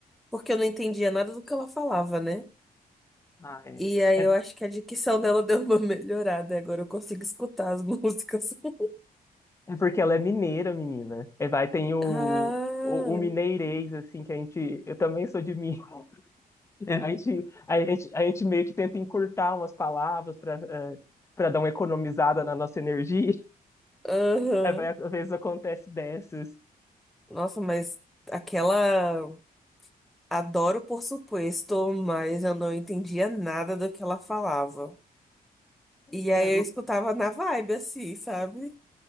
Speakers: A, in the centre; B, on the left.
A: porque eu não entendia nada do que ela falava, né?
B: Ah, é.
A: E aí
B: É,
A: eu acho que a dicção dela <laughs> deu uma melhorada, e agora eu consigo escutar as músicas. <laughs>
B: é porque ela é mineira, menina. É, vai, tem o,
A: Ah,
B: o, o mineirês, assim, que a gente. Eu também sou de Minas. <laughs> A gente, a gente, a gente meio que tenta encurtar umas palavras para para dar uma economizada na nossa energia.
A: aham.
B: Aí vai, às vezes acontece dessas.
A: Nossa, mas aquela. Adoro, por supuesto, mas eu não entendia nada do que ela falava. E
B: É,
A: aí eu escutava na vibe, assim, sabe?